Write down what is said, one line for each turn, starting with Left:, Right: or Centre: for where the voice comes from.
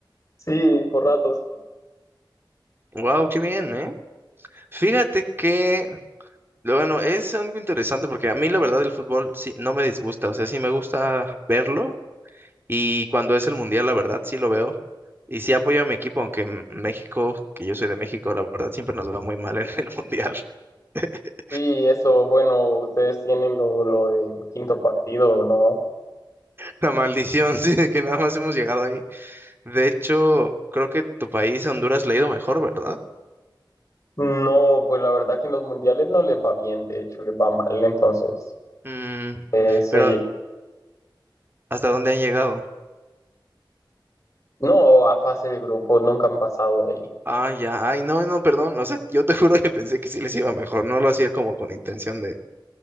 Left: Sí, por ratos.
Right: Wow, qué bien, ¿eh? Fíjate que Lo Bueno, es algo interesante porque a mí la verdad el fútbol sí no me disgusta, o sea, sí me gusta verlo y cuando es el mundial la verdad sí lo veo y sí apoyo a mi equipo, aunque en México, que yo soy de México, la verdad siempre nos va muy mal en el <laughs> mundial. <laughs>
Left: Sí, eso, bueno, ustedes tienen lo, lo del quinto partido, ¿no?
Right: La maldición, sí, de que nada más hemos llegado ahí. De hecho, creo que tu país, Honduras, le ha ido mejor, ¿verdad?
Left: No, pues la verdad que en los mundiales no les va bien, de hecho les va mal, entonces
Right: Mm,
Left: eh, sí,
Right: pero ¿hasta dónde han llegado?
Left: No, a fase de grupo nunca han pasado de ahí.
Right: Ah, ya, ay, no, no, perdón, o sea, yo te <laughs> juro que pensé que sí les iba mejor, no lo hacía como con intención de